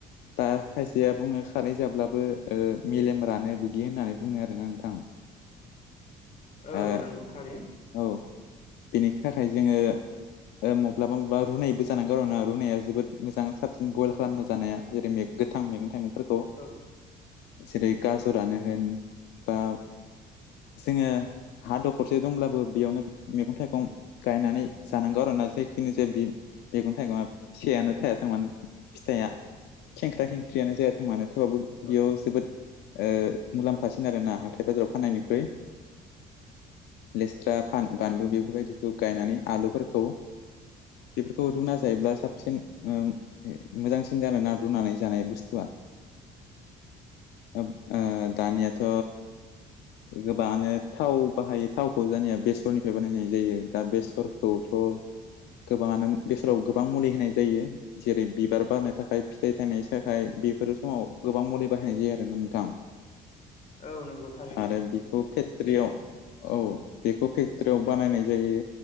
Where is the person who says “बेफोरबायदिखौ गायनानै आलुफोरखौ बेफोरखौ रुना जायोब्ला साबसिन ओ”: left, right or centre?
Left